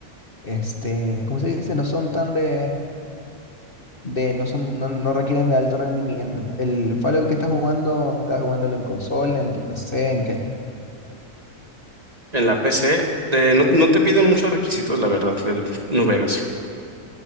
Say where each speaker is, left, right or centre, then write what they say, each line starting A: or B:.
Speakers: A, on the left; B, on the right.
A: este, ¿cómo se dice? No son tan de, de no son, no, no requieren de alto rendimiento. El Fallout que estás jugando, estás jugándolo en consola, en tu PC, ¿en qué?
B: En la PC, de, no, no te piden muchos requisitos, la verdad, el New Vegas.